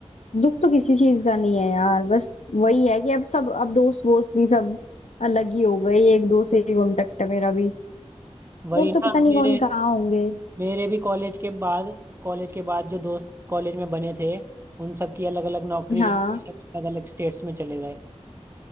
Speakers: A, on the left; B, on the right.
A: दुख तो किसी चीज का नहीं है यार बस वही है कि अब सब अब दोस्त वोस्त भी सब अलग ही हो गए एक दो से ही कांटेक्ट है मेरा भी
B: वही
A: और
B: ना
A: तो पता
B: अब
A: नहीं
B: मेरे
A: कौन कहाँ होंगे
B: मेरे भी कॉलेज के बाद कॉलेज के बाद जो दोस्त कॉलेज में बने थे उन सब की अलग अलग नौकरी
A: हाँ
B: लग गई सब अलग अलग स्टेट्स में चले गए